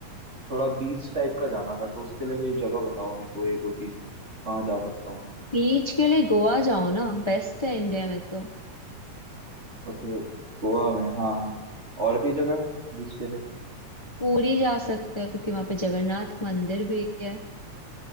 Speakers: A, on the right; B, on the left.
A: थोड़ा बीच टाइप का जाना था तो उसके लिए कोई जगह बताओ मेरे को ये दो तीन कहाँ जा सकता हूँ
B: बीच के लिए गोवा जाओ ना बेस्ट है इंडिया में तो
A: ओके गोवा में हाँ हाँ। और कोई जगह बीच के लिए
B: पूरी जा सकते हो क्योंकि वहां पे जगन्नाथ मंदिर भी है